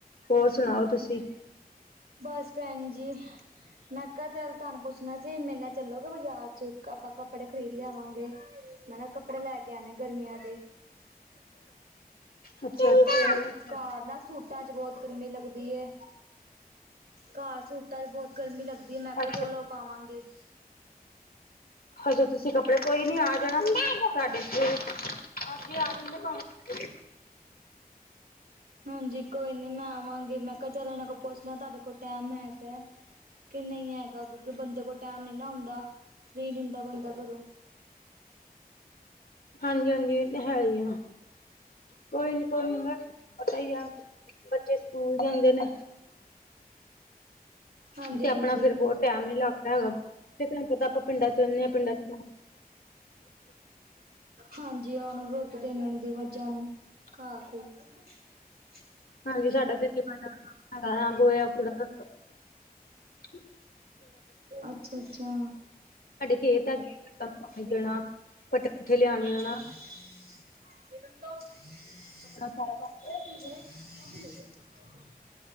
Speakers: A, on the left; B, on the right.
A: ਹੋਰ ਸੁਣਾਓ ਤੁਸੀਂ?
B: ਬਸ ਪੈਨ ਜੀ। ਮੈਂ ਕਿਹਾ ਚਲ ਤੁਹਾਨੂੰ ਪੁੱਛਨਾ ਜੀ ਮੇਰੇ ਨਾਲ ਚੱਲੋਗੇ ਬਾਜ਼ਾਰ ਚ ਆਪਾਂ ਕੱਪੜੇ ਖਰੀਦ ਲਿਆਵਾਂਗੇ। ਮੈਂ ਨਾ ਕੱਪੜੇ ਲੈ ਕੇ ਆਣੇ ਗਰਮੀਆਂ ਦੇ।
A: ਅੱਛਾ ਅੱਛਾ
B: ਤੇ
A: ਅੱਛਾ
B: ਘਰ ਨਾ ਸੂਟਾਂ ਚ ਬਹੁਤ ਗਰਮੀ ਲੱਗਦੀ ਐ ਘਰ ਸੂਟਾਂ ਚ ਬਹੁਤ ਗਰਮੀ ਲੱਗਦੀ ਐ ਮੈਂ ਕਿਹਾ
A: ਅੱਛਾ
B: ਚਲੋ ਓ ਪਾਵਾਂਗੇ।
A: ਹਜੇ ਤੁਸੀਂ ਕੱਪੜੇ ਕੋਈ ਨੀ ਆ ਜਾਨਾ ਸਾਡੇ ਤੇ- ਅੱਜ ਈ ਆ ਜਾਂਦੇ ਪਾਵੇ
B: ਹਾਂਜੀ ਕੋਈ ਨੀ ਮੈਂ ਆਵਾਂਗੀ ਮੈਂ ਕੁਛ ਨਈ ਏਨਾ ਕੋਲ ਪੁੱਛ ਲਾ ਤੁਹਾਡੇ ਕੋਲ ਟੈਮ ਹੈਗਾ? ਕਿ ਨਹੀਂ ਹੈਗਾ ਕਿਉਂਕਿ ਬੰਦੇ ਕੋਲ ਟੈਮ ਨੀ ਨਾ ਹੁੰਦਾ ਫਰੀ ਨੀ ਹੁੰਦਾ ਬੰਦਾ ਘਰੋਂ।
A: ਹਾਂਜੀ -ਹਾਂਜੀ ਤੇ ਹੈ ਹੀ ਆ। ਕੋਈ ਨੀ ਕੋਈ ਨੀ ਬਸ ਪਤਾ ਹੀ ਆ ਬੱਚੇ ਸਕੂਲ ਜਾਂਦੇ ਨੇ
B: <unintelligible>
A: ਤੇ
B: ਹਾਂਜੀ
A: ਆਪਣਾ
B: -ਹਾਂਜੀ।
A: ਫੇਰ ਬਹੁਤ ਟੈਮ ਨੀ ਲੱਗਦਾ ਹੈਗਾ ਤੇ ਤੁਹਾਨੂੰ ਪਤਾ ਆਪਾਂ
B: <unintelligible>
A: ਪਿੰਡਾਂ ਚ ਰਹਿੰਦੇ ਹਾਂ ਪਿੰਡਾਂ ਚ
B: ਹਾਂਜੀ ਓਨਾ ਨੂੰ ਰੋਟੀ ਦੇਨੀ ਹੁੰਦੀ ਏ ਮੱਝਾਂ ਨੂੰ ਘਾਹ ਘੂ। <unintelligible>
A: ਹਾਂਜੀ ਸਾਡਾ ਖੇਤੀ ਖੁਤੀ ਦਾ ਕੰਮ <unintelligible>
B: ਅੱਛਾ -ਅੱਛਾ
A: ਸਾਡੇ ਖੇਤ ਹੈਗੇ ਖੇਤਾਂ
B: <unintelligible>
A: ਨੂੰ ਪਾਣੀ ਦੇਣਾ ਪੱਠੇ ਪੁੱਠੇ ਲਿਆਣੇ ਹਨਾ ਆਪਣਾ ਸਾਰਾ ਕੰਮ
B: <unintelligible>